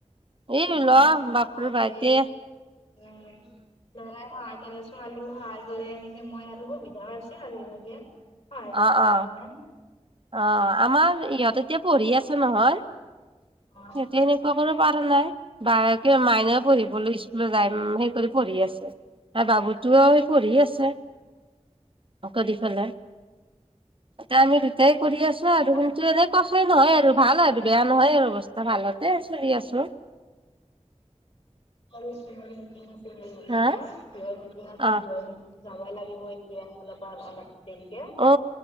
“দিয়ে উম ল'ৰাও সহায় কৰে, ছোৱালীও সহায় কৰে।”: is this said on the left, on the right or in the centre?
Left